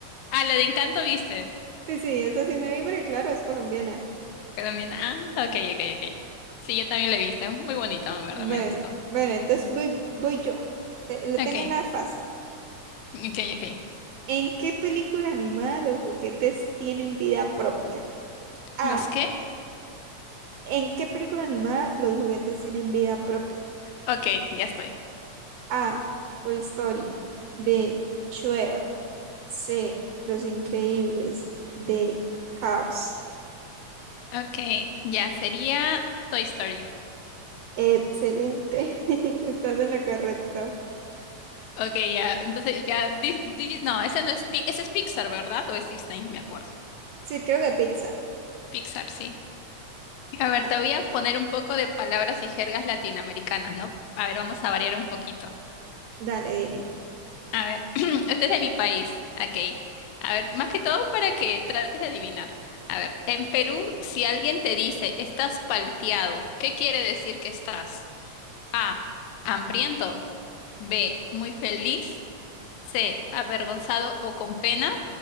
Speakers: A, on the left (about 80°); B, on the right (about 75°).
A: Ah, la de Encanto viste,
B: Sí, sí, esa sí me vi, porque claro, es colombiana.
A: colombiana. Ah, ok, ok, ok. Sí, yo también la he visto, muy bonito, en
B: Bueno,
A: verdad, me gustó.
B: bueno, entonces voy, voy yo. Te- le
A: Ok,
B: tengo una fácil.
A: ok, ok.
B: ¿En qué película animada los juguetes tienen vida propia? A.
A: ¿Los qué?
B: ¿En qué película animada los juguetes tienen vida propia?
A: Ok, ya estoy.
B: A. Toy Story. B. Shrek. C. Los Increíbles. D. Cars.
A: Okay, ya sería Toy Story.
B: Excelente. <laughs> Estás en lo correcto.
A: Okay, ya, entonces ya, Dis- Dis- no, ese no es, Pi- ese es Pixar, ¿verdad? O es Disney, no me acuerdo.
B: Sí, creo que Pixar.
A: Pixar, sí. A
B: Da-
A: ver, te voy a poner un poco de palabras y jergas latinoamericanas, ¿no? A ver, vamos a variar un poquito.
B: Dale, dime.
A: A ver, <clears throat> este es de mi país. Okay. A ver, más que todo para que trates de adivinar. A ver, en Perú, si alguien te dice estás palteado, ¿qué quiere decir que estás? A, hambriento. B, muy feliz. C, avergonzado o con pena.